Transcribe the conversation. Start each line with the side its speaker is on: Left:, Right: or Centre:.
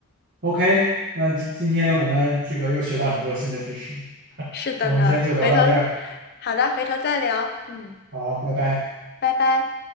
Right: ，OK，那今今天我们这个又学到很多新的知识，
Left: 是的呢，
Right: 我们今天就聊到这儿，
Left: 回头，好的，回头再聊。嗯，
Right: 好，拜拜。
Left: 拜拜。